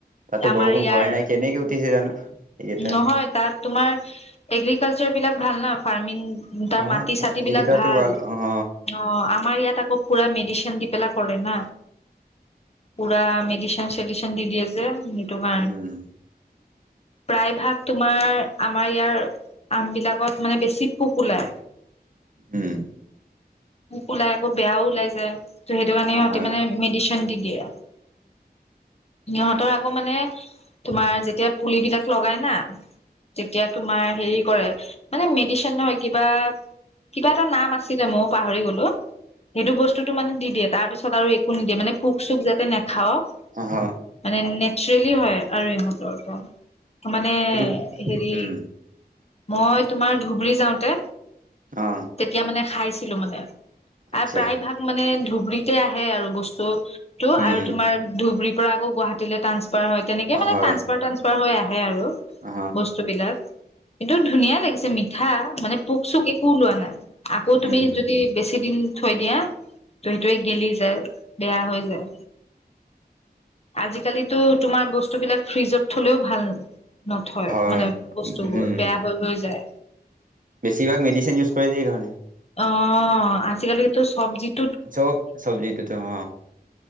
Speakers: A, on the right (about 55°); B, on the left (about 40°).
A: তাতো
B: আমাৰ
A: বৰষুণ
B: ইয়াৰ
A: হোৱাই নাই, কেনেকে উঠিছে জানো- এইকেইটা
B: নহয় তাত তোমাৰ এগ্ৰিকালচাৰ বিলাক ভাল ন ফাৰ্মিং উ তাৰ
A: হয়
B: মাটি চাটি
A: এইকেইটাতো
B: বিলাক ভাল,
A: অহ
B: অ' আমাৰ ইয়াত আকৌ পুৰা মেডি দি পেলা কৰে ন, পুৰা মেডিচন চেডচন দি দিয়ে যে সেইটোকাৰনে
A: উম
B: - প্ৰায় ভাগ তোমাৰ আমাৰ ইয়াৰ আম বিলাক ত মানে বেছি পোক ওলায়।
A: উম
B: পুোক ওলাই আকৌ বেয়াও ওলাই যায়। ত' সেইটো কাৰণে সিহতি
A: হয়
B: মানে মেডিচিন দি দিয়ে আৰু সিহঁতৰ আকৌ মানে তোমাৰ যেতিয়া পুলিবিলাক- লগাই, না। তেতিয়া, তোমাৰ? হেৰি কৰে মানে, মেডিচিন নহয় কিবা, কিবা এটা নাম আছিলে ময় পাহৰি গ'লো সেইটো বস্তুতো মানে দি, দিয়ে তাৰপিছত আৰু একো নিদিয়ে মানে পোক চোক যাতে নাখাও
A: আ হ
B: মানে নেচাৰেলি হয়, আৰু ইহঁতৰ পৰা। মানে
A: এইটো
B: হেৰি?
A: উম
B: মই তোমাৰ ধুবুৰী। যাওঁতে
A: অ
B: তেতিয়া মানে খাই দিলো মানে।
A: আচ্ছা
B: আৰু প্ৰায় ভাগ মানে ধু তেতিয়া আহে আৰু বস্তু। টো
A: উম
B: আৰু তোমাৰ ধুবুৰীত। পৰা আকৌ গুৱাহাটীলৈ। টান্ফাৰ হয়, তেনেকে মানে
A: হয়
B: ট্ৰনফাৰ ট্ৰনফাৰ হৈ, আহে।
A: অহ
B: বস্তু বিলক। কিন্তু ধুনীয়া লাগিছে, মিঠা মানে পোক, চোক একোওলোৱা নাই। আকৌ
A: উম
B: তুমি যদি বেছি দিন। থৈ দিয়া ত সেইটোৱে গেলি যায়, বেয়া হৈ যায়। আজিকালিতো তোমাৰ বস্তু বিলাক ফ্ৰিজত থলেও ভাল। নথয়
A: হয়
B: মানে বস্তুবোৰ
A: উম
B: বেয়া হৈ, হৈ যায়।
A: বেছিভাগ মেডিচিন ইউজ কৰে, সেইকাৰণে।
B: অ, আজি কালিতো চব্জিত
A: চব-চব্জিটোটো, হ।